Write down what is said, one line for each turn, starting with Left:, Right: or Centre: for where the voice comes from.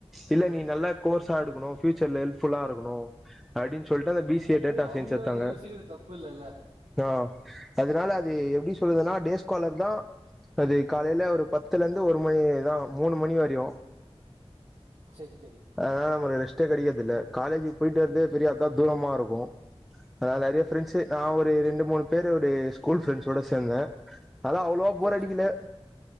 Centre: இல்ல நீ நல்ல கோர்ஸா எடுக்கணு ஃப்யூச்சர்ல ஹெல்ப்ஃபுல்லா இருக்கணு அப்டின்னு சொல்லிட்டு அந்த
Right: ஆமா
Centre: பி சி
Right: அது
Centre: ஏ டேட்டா
Right: அவங்க
Centre: சயின்ஸ் எடுத்தாங்க
Right: யோசிக்கிறது தப்பு இல்லல்ல
Centre: ஆ அதனால அது எப்டி சொல்றதுன்னா டேஸ்காலர்தா அது காலைல ஒரு பத்துல இருந்து ஒரு மணிதா மூணு மணி வரையு
Right: சரி சரி
Centre: ஆஹ் நம்ம ரெஸ் ட்டே கெடைக்கறதில்ல காலேஜுக்கு போயிட்டு வர்தே பெரிய அதுதா தூரமா இருக்கு அதனால நெறைய ஃபிரண்ட்ஸ் நா ஒ ரு ரெண்டு மூணு பேருடைய ஸ்கூல் ஃப்ரெண்ட்ஸோட சேந்தே அதா அவ்ளோவா
Right: சரி
Centre: போர் அடிக்கல